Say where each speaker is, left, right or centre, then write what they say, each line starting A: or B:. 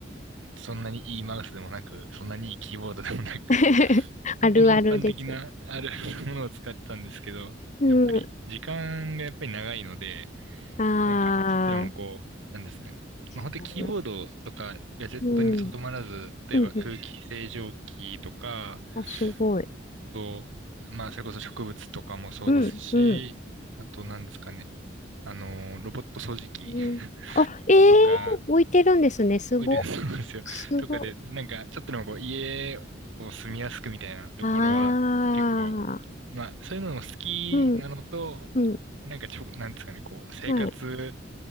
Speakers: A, on the right (about 85°); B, on the left (about 40°).
A: そんなにいいマウスでもなく、そんなにいいキーボードでもなく、
B: <laughs>
A: 本当に一般的なある
B: あるあるですね。
A: <laughs> ものを使ってたんですけど、
B: うん。
A: やっぱり時間がやっぱり長いので、
B: あ
A: なんか、ちょっとでもこう、
B: あ、
A: なんですかね。まあ、
B: 確か
A: 本当にキーボードとかガジェットにとどまらず、
B: にうん。
A: 例えば空気清浄機とか、
B: うん。うんあ、すごい。
A: あと、まあ、それこそ植物とかもそうですし、
B: うん。うん。
A: あと、なんですかね。あの、ロボット掃除機
B: うん。
A: <laughs>
B: あ、ええ置いてるんですね。
A: とか、
B: すご。
A: おいで、そうなんですよ。
B: すご。
A: とかで、なんか、ちょっとでもこう、家を住みやすくみたいなところは、
B: ああ、
A: 結構、まあ、そういうのも好きなのと、
B: うん。うん。
A: なんかちょ、なんですかね、こう、生活
B: はい。